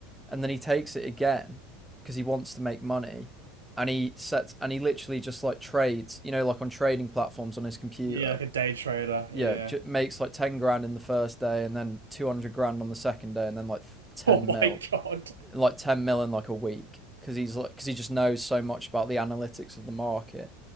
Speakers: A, in the centre; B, on the right.
A: and then he takes it again because he wants to make money, and he sets and he literally just like trades, you know, like on trading platforms on his computer.
B: Yeah, like a day trader.
A: Yeah,
B: Yeah.
A: j- makes
B: <laughs>
A: like ten grand in the first day, and then two hundred grand on the second day, and then like ten
B: Oh my
A: mil
B: God.
A: like 10 mil in like a week because he's like because he just knows so much about the analytics of the market